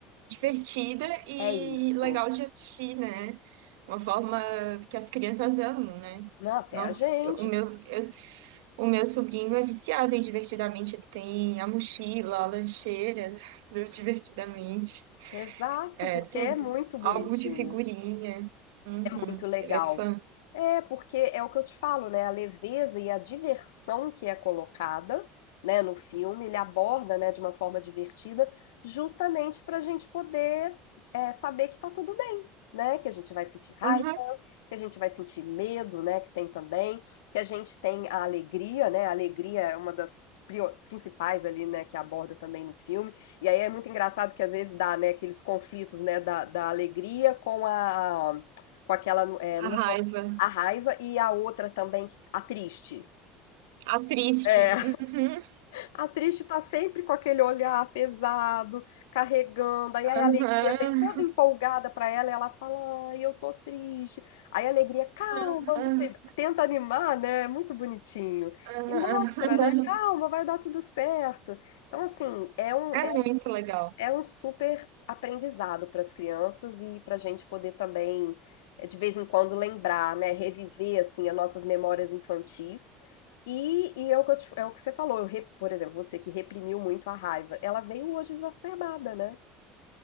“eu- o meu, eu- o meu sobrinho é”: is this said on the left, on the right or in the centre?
Right